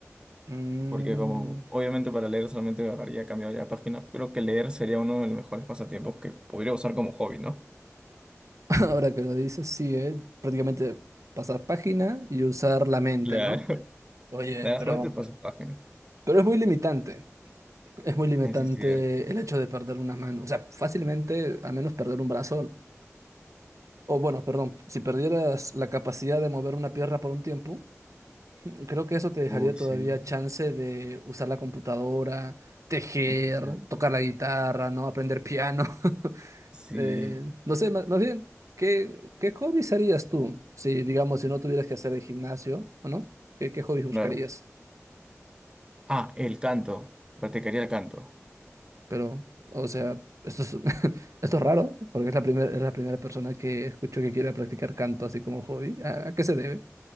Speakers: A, on the right (about 75°); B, on the right (about 15°).
A: Mm,
B: porque como obviamente para leer solamente agarraría, cambiaría la página, pero que leer sería uno de los mejores pasatiempos que podría usar como hobby, ¿no?
A: <laughs> ahora que lo dices, sí, ¿eh? Prácticamente pasar página y usar la mente,
B: Claro.
A: ¿no? Oye,
B: Le das
A: pero,
B: cuenta y pasas página.
A: pero es muy limitante. Es muy limitante
B: Eso es cierto.
A: el hecho de perder una mano. O sea, fácilmente, a menos perder un brazo, o bueno, perdón, si perdieras la capacidad de mover una pierna por un tiempo, creo que eso te dejaría
B: Uy,
A: todavía
B: sí.
A: chance de usar la computadora, tejer,
B: Eso es cierto.
A: tocar la guitarra, ¿no? Aprender piano. <laughs>
B: Sí,
A: Eh, no sé, ma- más, bien, ¿qué, qué hobbies harías tú? Si, digamos, si no tuvieras que hacer el gimnasio, ¿o ¿no? ¿Qué, qué hobbies buscarías?
B: claro. Ah, el canto. Practicaría el canto.
A: Pero, o sea, esto es, <laughs> esto es raro, porque es la primera, es la primera persona que escucho que quiere practicar canto así como hobby. ¿A, a qué se debe?